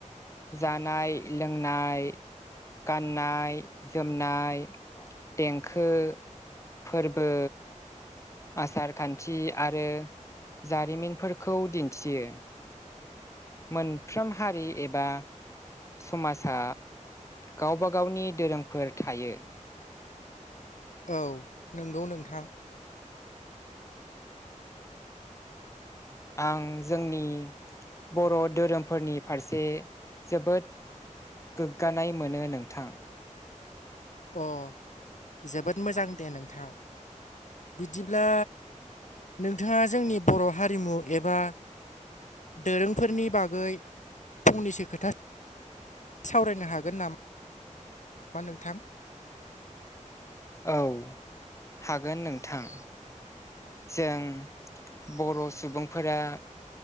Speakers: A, on the left; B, on the left.
A: जानाय लोंनाय गाननाय जोमनाय देंखो फोरबो आसार खान्थि आरो जारिमिनफोरखौ दिन्थियो। मोनफ्रोम हारि एबा समाजा गावबा गावनि दोरोंफोर थायो।
B: औ नंगौ नोंथां।
A: आं जोंनि बर' धोरोमफोरनि फारसे जोबोद गोग्गानाय मोनो नोंथां।
B: अ जोबोद मोजां दे नोंथां। बिदिब्ला नोंथाङा जोंनि बर' हारिमु एबा दोरोंफोरनि बागै फंनैसो खोथा सावरायनो हागोन ना मा नोंथां?
A: औ हागोन नोंथां। जों बर' सुबुंफोरा